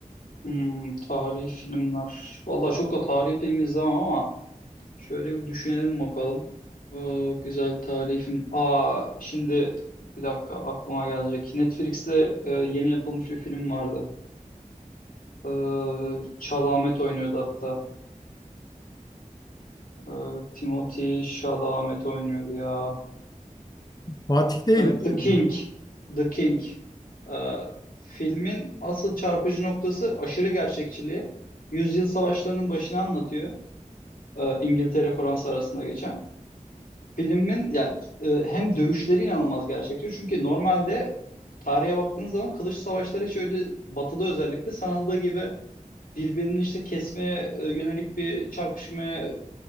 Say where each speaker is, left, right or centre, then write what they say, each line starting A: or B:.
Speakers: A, on the left (about 90°); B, on the left (about 30°).
A: Hmm, tarihi filmler. Valla çok da tarihi film izlemem ama şöyle bir düşünelim bakalım. Ee, güzel tarihi film. Aa, şimdi bir dakika aklıma gelecek. Netflix'te e, yeni yapılmış bir film vardı. Ee, Chalamet oynuyordu hatta. Ee, Timothy Chalamet oynuyordu ya.
B: Fatih değil
A: Ee,
B: değil
A: The King.
B: mi?
A: The King. Ee, filmin asıl çarpıcı noktası aşırı gerçekçiliği. Yüzyıl savaşlarının başını anlatıyor. e, İngiltere Fransa arasında geçen. Filmin ya e, hem dövüşleri inanılmaz gerçekçi. Çünkü normalde tarihe baktığınız zaman kılıç savaşları hiç öyle batıda özellikle sanıldığı gibi birbirini işte kesmeye e, yönelik bir çarpışmaya e,